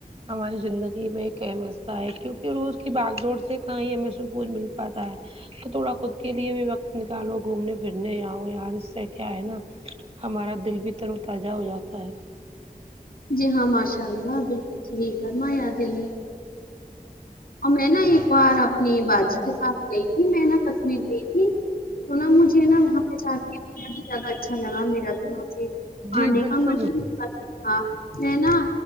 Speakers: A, on the right (about 40°); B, on the left (about 85°).
A: ہماری زندگی میں ایک اہم حصہ ہے کیونکہ روز کی بھگ دوڑ سے کہیں ہمیں سکون مل پاتا ہے تو تھوڑا خود کے لیے بھی وقت نکالو گھومنے پھرنے آؤ یار اس سے کیا ہے نا ہمارا دل بھی تر و تازہ ہو جاتا ہے
B: جی ہاں ماشاء اللہ بالکل صحیح فرمایا ہی دل اور میں نا ایک بار اپنی باجی کے ساتھ گئی تھی میں نا کشمیر گئی تھی تونا مجھے نا وہاں پہ جا کے بہت ہی زیادہ اچھا لگا میرا تو وہاں سے
A: جی
B: آنے
A: بالکل
B: کا من ہی نہیں کرتا ہاں میں نا